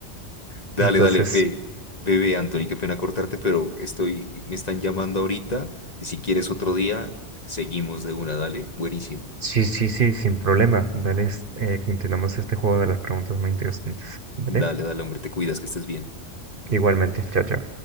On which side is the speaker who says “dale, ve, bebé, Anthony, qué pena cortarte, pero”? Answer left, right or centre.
Left